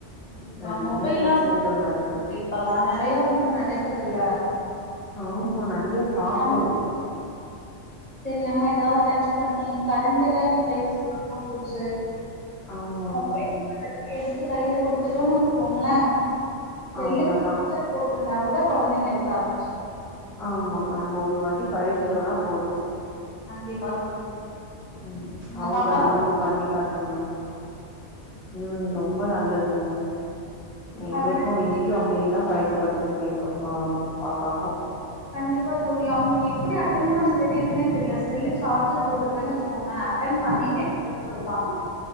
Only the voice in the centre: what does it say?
நெறைய
பிரச்சனைகள்
வருது
ஆமா நெறைய பாக்குறோ
ஆம்மா
ம்
அவ்ளதா
ஆம்மா நம்ப ஒரு வாட்டி பழக்கிட்டோன்னா போது
ம்
அவுங்க
நம்மளுக்கு பண்ணி காட்டுவாங்க ம் ரொம்ப நல்லதுங்க எங்களுக்கூ
இங்கேயும் அப்டியேதா பழக்கப்படுத்திருக்கே எங்க பா பாப்பாக்கூ